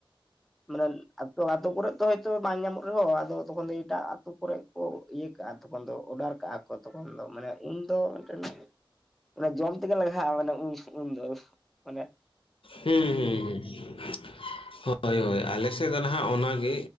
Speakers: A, in the centre; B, on the left.
A: ᱢᱟᱱᱮ ᱟᱛᱳ, ᱟᱛᱳ ᱠᱚᱨᱮᱜ ᱛᱚ ᱦᱚᱭᱛᱚ ᱵᱟᱝ ᱧᱟᱢᱚᱜ ᱨᱮᱦᱚᱸ ᱟᱫᱚ ᱛᱚᱠᱷᱚᱱ ᱫᱚ ᱮᱴᱟᱜ ᱟᱛᱳ ᱠᱚᱨᱮᱜ ᱠᱚ ᱤᱭᱟᱹ ᱠᱟᱜᱼᱟ ᱛᱚᱠᱷᱚᱱ ᱫᱚ ᱚᱰᱟᱨ ᱠᱟᱜᱼᱟ ᱠᱚ ᱛᱚᱠᱷᱚᱱ ᱫᱚ ᱢᱟᱱᱮ ᱩᱱᱫᱚ ᱢᱤᱫᱴᱮᱱ ᱢᱟᱱᱮ ᱡᱚᱢ ᱛᱮᱜᱮ ᱞᱟᱸᱜᱷᱟᱼᱟ ᱢᱟᱱᱮ ᱩᱱ ᱫᱚ᱾ ᱢᱟᱱᱮ
B: ᱦᱩᱸ ᱦᱩᱸ ᱦᱩᱸ ᱦᱳᱭ ᱦᱳᱭ ᱟᱞᱮᱥᱮᱜ ᱫᱚ ᱱᱟᱸᱦᱟᱜ ᱚᱱᱟᱜᱮ